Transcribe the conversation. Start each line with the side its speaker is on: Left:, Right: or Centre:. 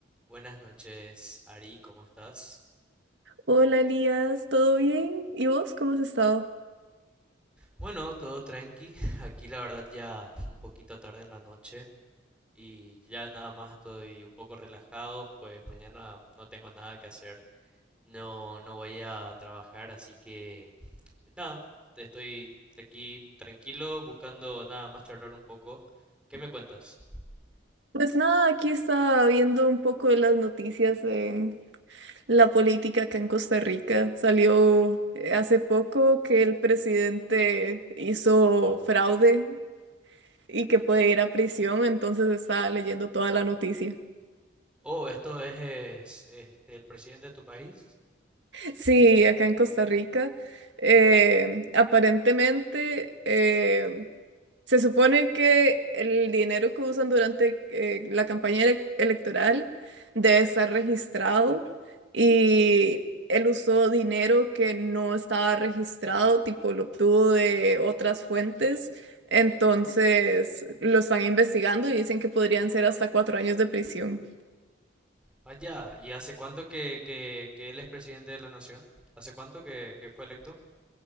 Centre: Buenas noches, Ari, ¿cómo estás?
Right: Hola Elías, ¿todo bien? ¿Y vos cómo has estado?
Centre: Bueno, todo tranqui. <laughs> Aquí la verdad ya un poquito tarde en la noche y ya nada más estoy un poco relajado, pues mañana no tengo nada que hacer. No, no voy a trabajar, así que nada, estoy aquí tranquilo buscando nada más charlar un poco. ¿Qué me cuentas?
Right: Pues nada, aquí estaba viendo un poco de las noticias de la política acá en Costa Rica. Salió eh, hace poco que el presidente hizo fraude y que puede ir a prisión, entonces estaba leyendo toda la noticia.
Centre: Oh, esto es, es, este, el presidente de tu país.
Right: Sí, acá en Costa Rica. eh, aparentemente, eh, Se supone que el dinero que usan durante eh, la campaña ele- electoral debe estar registrado y él usó dinero que no estaba registrado, tipo lo obtuvo de otras fuentes, entonces lo están investigando y dicen que podrían ser hasta cuatro años de prisión.
Centre: Vaya, ¿y hace cuánto que, que, que él es presidente de la nación? ¿Hace cuánto que, que fue electo?